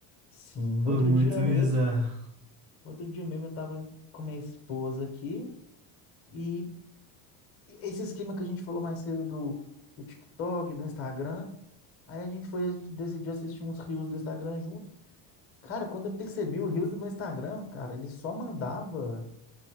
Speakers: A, on the left; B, on the right.
A: Sim,
B: Foi
A: outro
B: muito
A: dia
B: bizarro.
A: mesmo, outro dia mesmo eu tava com minha esposa aqui e esse esquema que a gente falou mais cedo do, do TikTok, do Instagram, aí a gente foi decidir assistir uns reels do Instagram juntos. Cara, quando eu percebi o reels do meu Instagram, cara, ele só mandava